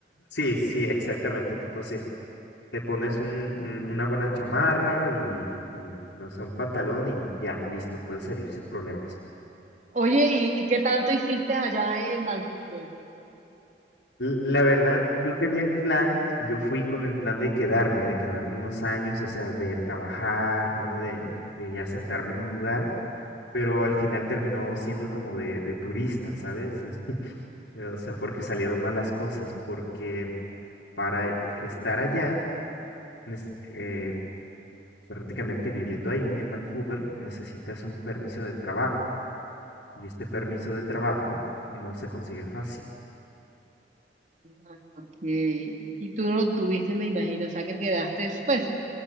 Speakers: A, on the left (about 80°); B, on the right (about 40°).
A: sí, sí, exactamente, tipo así. Te pones un, un- una buena chamarra y, y, no sé, un pantalón y ya, listo, puedes salir sin problemas.
B: Oye, ¿y, y qué tanto hiciste allá en Vancouver?
A: L- La verdad, yo tenía el plan, yo fui con el plan de quedarme, de quedarme unos años, o sea, de trabajar, ¿no? De, de asentarme en un lugar pero al final terminó siendo como de, de turista, ¿sabes? Es- O sea, porque salieron malas cosas, porque para e, estar allá, nes- eh, prácticamente viviendo ahí en Vancouver, necesitas un permiso de trabajo y este permiso de trabajo no se consigue fácil.
B: Ah, Ok. Y tú no lo tuviste, me imagino, o sea que quedaste, pues,